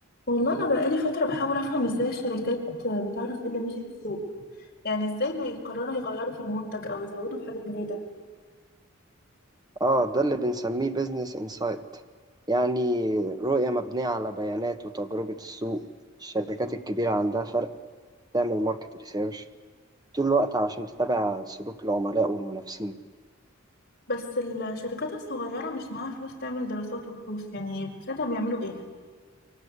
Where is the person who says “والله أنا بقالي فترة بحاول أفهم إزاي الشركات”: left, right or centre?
Left